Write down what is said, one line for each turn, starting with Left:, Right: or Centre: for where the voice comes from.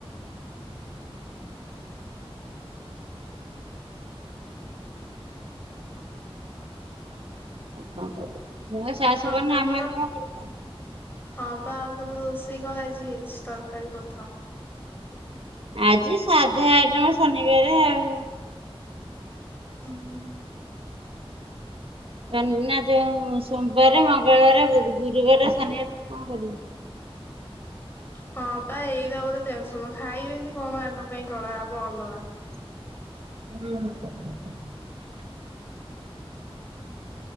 Right: ଆଉ କଣ କରିବା ଛୁଆ ସାଆସ
Left: ଆଉ
Right: ବଡ଼ିଲେ
Left: ତମର
Right: ଆମେ ଆଉ କଣ କରିବୁ।
Left: ହଁ ପା ଆଉ ତୁମର ରୋଷେଇ କଣ ଆଜି ହେଇଚି ତରକାରୀ ପତ୍ର?
Right: ଆଜି ସାଧା ଆଇଟମ ଶନିବାରେ ଆଉ।
Left: ଉଁ ହୁଁ।
Right: କାନି ନା ଯୋଉ ସୋମବାରେ ମଙ୍ଗଳବାରେ ଗୁରୁବାରେ ଶନିବାରେ କଣ କରିବି?
Left: ହଁ ପା ଏଇରା ଗୋଟେ ଟେନସନ୍ ଖାଇବେନି କଣ ୟାଙ୍କ ପାଇଁ କରା ହବ ଅଲଗା।
Right: <unintelligible>